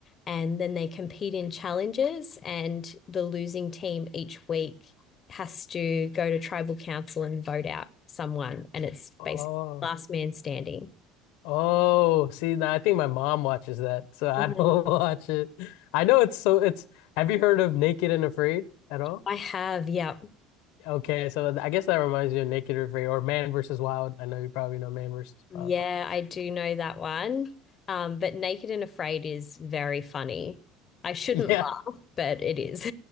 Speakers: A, on the left; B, on the left.
A: and then they compete in challenges. And the losing team each week has to go to tribal council and vote out someone, and it's
B: Oh.
A: basically last man standing.
B: Oh, see, now I think my mom watches that, so I
A: Mhm.
B: don't <laughs> watch it. I know it's so it's have you heard of Naked and Afraid at all?
A: I have, yeah.
B: Okay, so I guess that reminds me of Naked and Afraid or Man versus Wild. I know you probably know Man versus
A: Yeah,
B: Wild.
A: I do know that one. Um, but Naked and Afraid is very funny. I shouldn't
B: <laughs> Yeah.
A: laugh, but it is.